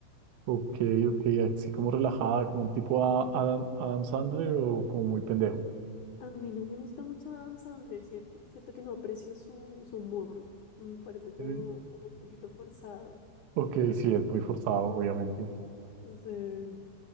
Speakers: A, on the right (about 70°); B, on the left (about 65°).
A: ok, ok, así como relajada, como un tipo a Adam, Adam Sandler o como muy pendejo.
B: A mí no me gusta mucho Adam Sandler, ¿cierto? Siento que no aprecio su, su humor. Me parece como,
A: Eh,
B: como un poquito forzado.
A: Ok, sí, es muy forzado, obviamente.
B: O sea,